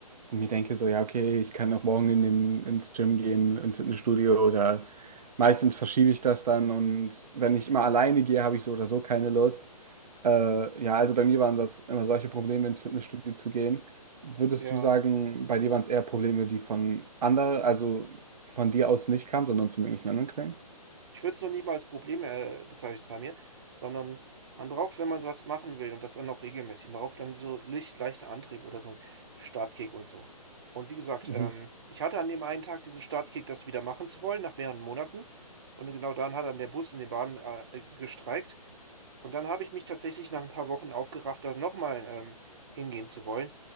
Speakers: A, on the right; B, on the right.
A: mir denke, so, ja, okay, ich kann auch morgen in den, ins Gym gehen, ins Fitnessstudio oder meistens verschiebe ich das dann und wenn ich immer alleine gehe, habe ich so oder so keine Lust. Äh, ja, also bei mir waren das immer solche Probleme, ins Fitnessstudio zu gehen. Würdest
B: Ja,
A: du sagen, bei dir waren es eher Probleme, die von anderen, also von dir aus nicht kamen, sondern von irgendwelchen anderen Quellen?
B: ich würde es noch nicht mal als Problem äh, bezeichnen, Samir, sondern man braucht, wenn man sowas machen will und das dann auch regelmäßig, man braucht dann so leicht, leichten Antrieb oder so einen Startkick und so. Und wie gesagt,
A: Mhm.
B: ähm, ich hatte an dem einen Tag diesen Startkick, das wieder machen zu wollen, nach mehreren Monaten. Und genau dann hat dann der Bus und die Bahn äh, gestreikt. Und dann habe ich mich tatsächlich nach ein paar Wochen aufgerafft, da nochmal ähm, hingehen zu wollen.